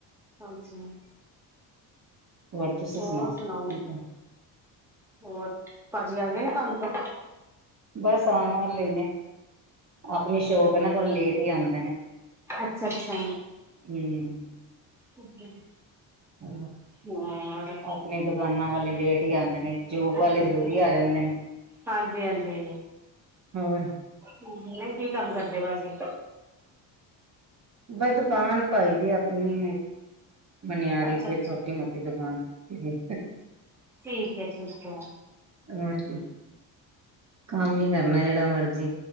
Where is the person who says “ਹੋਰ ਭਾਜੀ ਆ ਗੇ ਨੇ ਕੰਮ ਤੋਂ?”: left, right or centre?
Centre